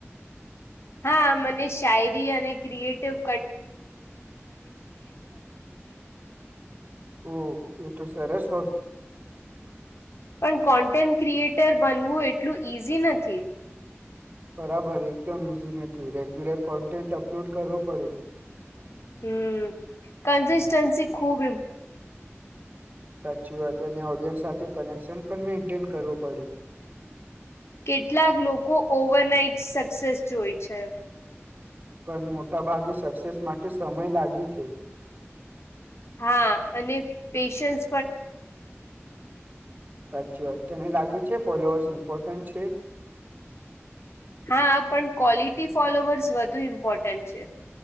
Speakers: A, on the left (about 65°); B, on the right (about 35°).
A: હા મને શાયરી અને ક્રિએટિવ
B: ઓ એ તો સરસ
A: પણ કોન્ટેન્ટ ક્રિએટર બનવું એટલું ઈઝી નથી
B: બરાબર એકદમ ઇઝી નથી રેગ્યુલર કોન્ટેન્ટ અપલોડ કરવો પડે
A: હમ કન્સિસ્ટન્સી ખૂબ
B: સાચી વાત ને ઓડિયન્સ સાથે કનેક્શન પણ મેન્ટેન કરવું પડે
A: કેટલાક લોકો ઓવરનાઈટ સક્સેસ જોઈ છે
B: પણ મોટાભાગે સક્સેસ માટે સમય લાગે છે
A: હા અને પેશન્સ
B: સાચી વાત તેને લાગે છે ફોલોઅર્સ ઈમ્પોટેન્ટ છે
A: હા પણ ક્વોલિટી ફોલોવર્સ વધુ ઇમ્પોર્ટન્ટ છે